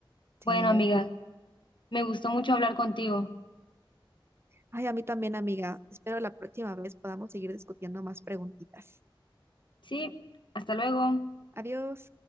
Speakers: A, on the right; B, on the left.
A: Sí.
B: Bueno, amiga, me gustó mucho hablar contigo.
A: Ay, a mí también, amiga. Espero la próxima vez podamos seguir discutiendo más preguntitas.
B: Sí, hasta luego.
A: Adiós.